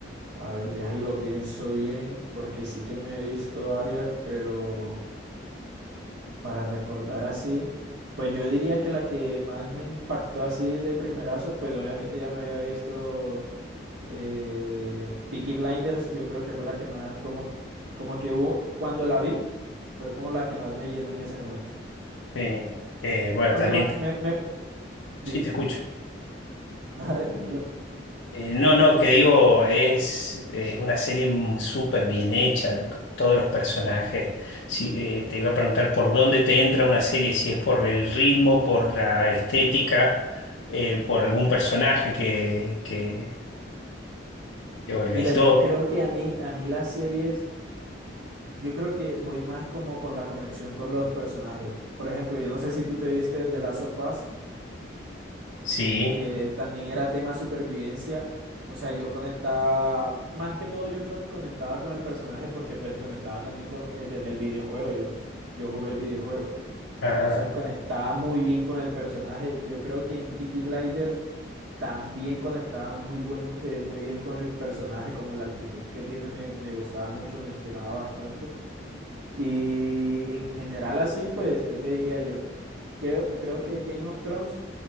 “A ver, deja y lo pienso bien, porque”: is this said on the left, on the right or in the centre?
Right